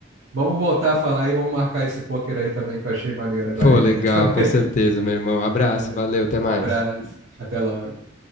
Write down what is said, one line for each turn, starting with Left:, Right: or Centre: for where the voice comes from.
Right: Vamos voltar a falar e vamos marcar esse poker aí também que eu achei maneiro agora
Left: Pô,
Right: a ideia
Left: legal,
Right: <laughs> também.
Left: com certeza, meu irmão. Abraço,
Right: Valeu.
Left: valeu, até mais.
Right: Abraço. Até logo.